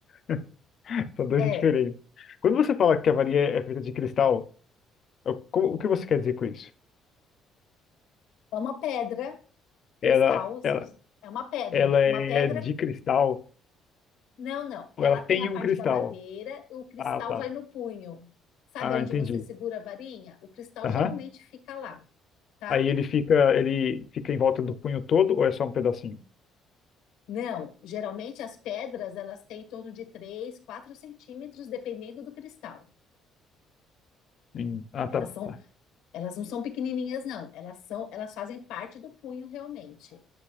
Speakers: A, on the left; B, on the left.
A: <laughs> São dois
B: É,
A: diferentes.
B: é
A: Quando você fala que a varinha é feita de cristal, eu- como- o que você quer dizer com isso?
B: uma pedra cristal,
A: Ela,
B: se
A: ela,
B: você, é uma pedra,
A: ela é
B: uma pedra
A: de cristal
B: Não, não. Ela
A: ou ela
B: tem
A: tem
B: a parte
A: um cristal?
B: da madeira, o cristal
A: Ah, tá.
B: vai no punho. Sabe
A: Ah,
B: onde
A: entendi.
B: você segura a varinha? O cristal
A: Aham.
B: geralmente fica lá, tá?
A: Aí ele fica, ele fica em volta do punho todo ou é só um pedacinho?
B: Não, geralmente as pedras elas têm em torno de 3, 4 centímetros, dependendo do cristal.
A: Hum, Ah,
B: Elas
A: tá,
B: são,
A: tá.
B: elas não são pequenininhas, não. Elas são, elas fazem parte do punho realmente,